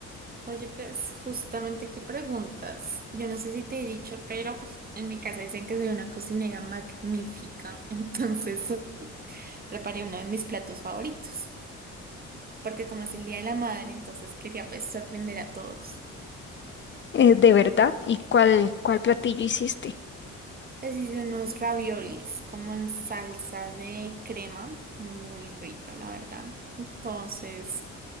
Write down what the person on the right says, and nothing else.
Oye, pues justamente qué preguntas. Yo no sé si te he dicho, pero <laughs> en mi casa dicen que soy una cocinera magnífica, <laughs> entonces eh, preparé uno de mis platos favoritos, porque como es el Día de la Madre, entonces quería pues sorprender a todos.
Pues hice unos raviolis como en salsa de crema, muy, muy rica, la verdad. Entonces...